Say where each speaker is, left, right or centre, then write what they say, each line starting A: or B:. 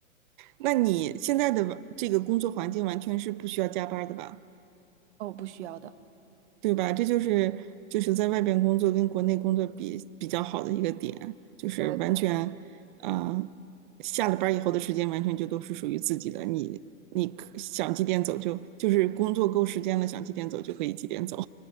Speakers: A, on the right (about 40°); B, on the right (about 55°).
A: 那你现在的这个工作环境完全是不需要加班的吧？
B: <laughs> 哦，不需要的。
A: 对吧？这就是就是在外边工作跟国内工作比比较好的一个点，就是完全，
B: 对对。
A: 啊，呃下了班以后的时间完全就都是属于自己的，你你可想几点走就就是工作够时间了，想几点走就可以几点走，